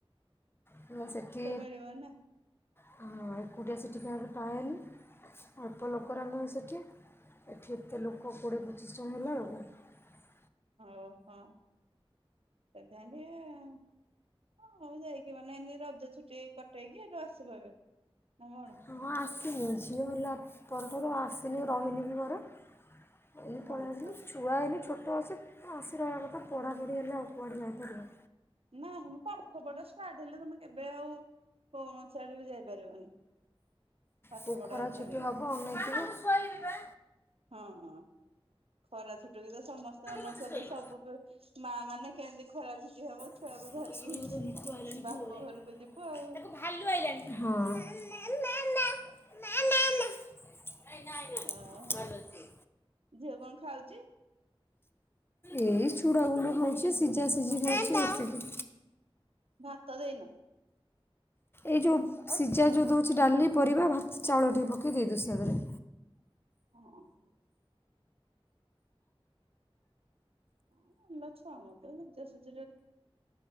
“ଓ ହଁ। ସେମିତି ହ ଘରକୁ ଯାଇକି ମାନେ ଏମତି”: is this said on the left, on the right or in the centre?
Right